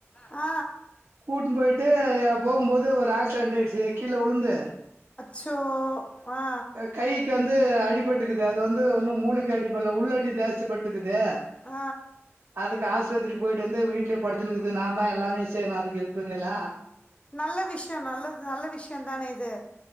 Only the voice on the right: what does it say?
கூட்டுனு போய்ட்டு போம்போது ஒரு ஆக்சிடன்ட் ஆய்டுச்சு கீழ உழுந்து
கைக்கு வந்து அடிபட்டுக்குது அது வந்து ஒன்னு மூளைக்கு அடிபடல உள்ளடி ஜாஸ்தி பட்டுக்குது
அதுக்கு ஆஸ்பத்திரி போய்ட்டு வந்து வீட்லே படுத்துனுக்குது நா தா எல்லாமே செய்றே அதுக்கு ஹெல்ப்புக்கு எல்லா